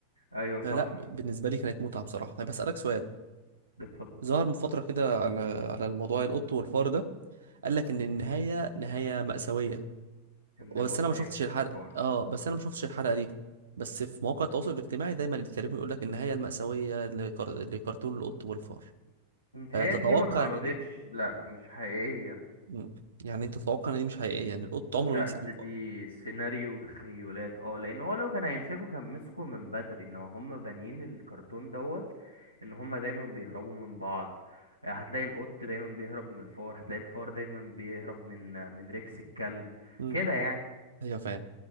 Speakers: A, on the left; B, on the right.
A: ايوه صح
B: فلا ب- بالنسبه لي كانت متعه بصراحه طيب اسالك سؤال
A: اتفضل
B: ظهر من فتره كده على على الموضوع القط والفار ده قال لك ان النهايه
A: مم.
B: نهايه مأساويه
A: ان
B: بس
A: القط
B: انا ما
A: هيمسك
B: شفتش الحلقه
A: الفار
B: اه بس انا ما شفتش الحلقه دي بس في مواقع التواصل الاجتماعي دايما يتكلموا يقول لك النهايه المأساويه لكار... لكرتون القط والفار
A: متهيألي
B: فتتوقع
A: دي ما اتعرضتش
B: ان دي
A: لا مش حقيقية
B: مم. يعني انت تتوقع ان دي مش حقيقيه يعني القط عمره
A: لا
B: ما يمسك
A: ده
B: الفار
A: دي سيناريو وتخيلات اه لان هو لو كان هيمسكه كان مسكه من بدري انما هم بانيين الكرتون دوت ان هم دايما بيهربوا من بعض آه، هتلاقي القط دايما بيهرب من الفار هتلاقي الفار دايما بيهرب من آه، من ريكس الكلب
B: امم
A: كده يعني
B: ايوه فاهم